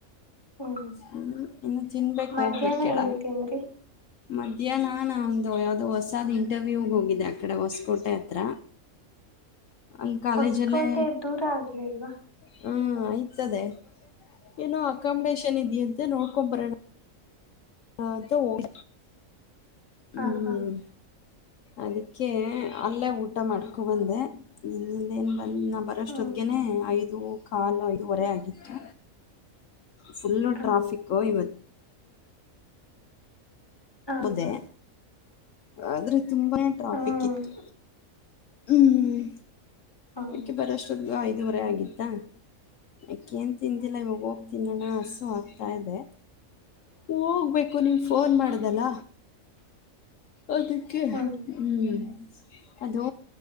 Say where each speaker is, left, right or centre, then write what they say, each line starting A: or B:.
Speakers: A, on the left (about 15°); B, on the left (about 70°).
A: ಹ್ಞೂ
B: ಹ್ಮ್ ಇನ್ನು ತಿನ್ಬೇಕ್
A: ಮಧ್ಯಾಹ್ನ
B: ಹೋಗ್ಬೇಕಡ
A: ಏನು ತಿಂದ್ರಿ
B: ಮಧ್ಯಾಹ್ನ ನ ಒಂದು ಯಾವವು್ದೋ ಹೊಸಾದ್ ಇಂಟರ್ವ್ಯೂ ಹೋಗಿದ್ದೆ ಆ ಕಡೆ ಹೊಸಕೋಟೆ ಹತ್ರ
A: <unintelligible>
B: ಅಲ್ಲಿ ಕಾಲೇಜಲ್ಲೇ
A: ಹೊಸಕೋಟೆ ದೂರ ಆಗ್ಲಿಲ್ವಾ
B: ಹಾ ಆಯ್ತದೆ ಏನೋ ಅಕಾಮಿಡೇಶನ್ ಇದ ಅಂತೆ ನೋಡ್ಕೊ್ ಬರೋಣ ಹಾ ಹ್ಮ್ ಹ್ಮ್
A: ಹಾಂ ಹಾಂ
B: ಅದಕ್ಕೆ ಅಲ್ಲೇ ಊಟ ಮಾಡ್ಕೊ ಬಂದೆ ೇನ್ ಬಂದ ನ ಬರೋಷ್ಟೊದ್ಗನೆ
A: ಹ್ಞೂ
B: ಐದು ಕಾಲು ಐದುವರೆ ಆಗಿತ್ತು ಫುಲ್ಲು
A: ಹಾಂ
B: ಟ್ರಾಫಿಕೋ ಇವತ್ತು
A: ಹಾಂ
B: ಅದೆೇ
A: ಹಾಂ
B: ಆದ್ರೆ ತುಂಬಾೇ ಟ್ರಾಫಿಕ್
A: ಹ್ಞೂ
B: ಇತ್ತು ಹ್ಮ್್ಮ
A: ಹ್ಞೂ
B: ಅಕೆ ಬರಷ್ಟು ಆಯ್ತ ಇದುವರೆ ಆಗಿತ್ತಾ ಯಕೆಏನು ತಿಿಂದಿಲ್ಲ ಇವಾಗ ಹೋಗ್ತೀನಿ ನಣ ಹಸು ದೆ ಹೋಗ್ಬೇಕು ನೀವ್ ಫೋನ್ ಮಾಡ್ದಲ್ಲ ಅದಕ್ಕೆ
A: ಹ್ಞೂ
B: ಹ್ಮ್ ಅದು